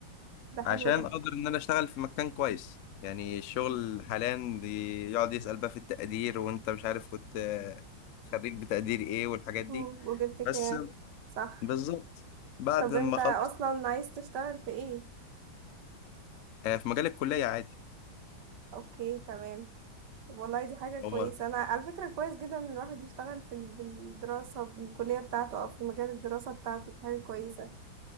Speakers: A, on the right (about 60°); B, on the left (about 70°).
A: ده
B: عشان
A: حلو ده
B: أقدر إن أنا أشتغل في مكان كويس يعني الشغل حاليا بيقعد يسأل بقى في التقدير وأنت مش عارف كنت آه، خريج بتقدير إيه والحاجات
A: مم.
B: دي
A: وجبت كام
B: بس
A: صح
B: بالظبط بعد
A: طب
B: ما
A: انت
B: أخلص
A: اصلا عايز تشتغل في ايه
B: آه، في مجال الكلية عادي
A: اوكي تمام طب والله دي حاجة
B: هو
A: كويسة انا على فكرة كويس جدا ان الواحد يشتغل في ال- بالدراسة بالكلية بتاعته او في مجال الدراسة بتاعته دي حاجة كويسة